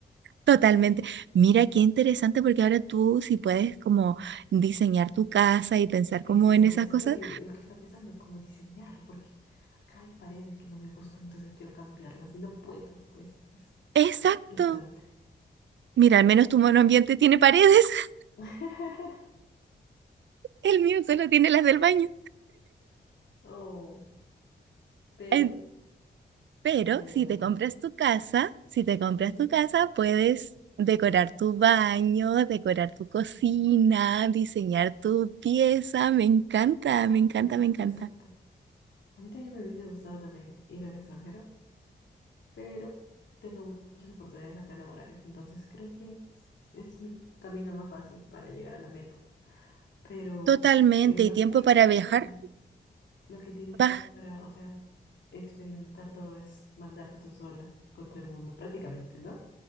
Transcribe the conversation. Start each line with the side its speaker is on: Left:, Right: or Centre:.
Right: Totalmente. Mira qué interesante porque ahora tú si puedes como diseñar tu casa y pensar como
Left: Eso,
Right: en esas
Left: eso
Right: cosas.
Left: es lo que, lo que está pensando, como diseñar, porque acá hay paredes que no me gustan, entonces quiero cambiarlas y no puedo, pues es
Right: Exacto.
Left: frustrante.
Right: Mira, al menos tu monoambiente tiene paredes, <laughs>
Left: <laughs>
Right: el mío solo tiene las del baño.
Left: Oh, pero
Right: En- Pero
Left: vas a querer
Right: si
Left: una
Right: te
Left: familia.
Right: compras tu casa, si te compras
Left: Ujú.
Right: tu casa, puedes decorar tu baño, decorar tu
Left: Sí,
Right: cocina,
Left: sí, sí, sí.
Right: diseñar tu pieza. Me encanta,
Left: Exacto,
Right: me encanta,
Left: exacto,
Right: me encanta.
Left: exacto. A mí también me hubiese gustado también ir al extranjero, pero tengo mu- muchas oportunidades acá laborales, entonces creo que es es mi camino más fácil para llegar a la meta. Pero
Right: Totalmente.
Left: eh, me
Right: ¿Y
Left: parece
Right: tiempo
Left: muy interesante.
Right: para viajar?
Left: Lo que tienes
Right: Va,
Left: pa- para, o sea, experimentar todo es mandarte tú sola contra el mundo, prácticamente, ¿no?